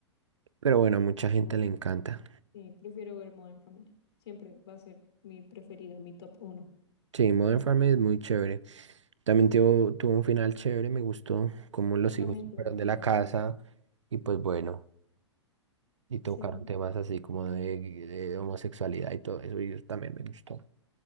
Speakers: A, on the right; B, on the left.
A: Pero bueno, a mucha gente
B: tú.
A: le encanta.
B: Sí, prefiero ver Modern Family. Siempre va a ser mi preferido, mi top uno.
A: Sí, Modern Family es muy chévere. También tuvo, tuvo un final chévere, me gustó cómo los
B: También
A: hijos se
B: tiene
A: fueron
B: un final
A: de la casa
B: chévere.
A: y pues bueno, y tocaron
B: Sí,
A: temas así como de, de homosexualidad y todo eso, y eso también me gustó.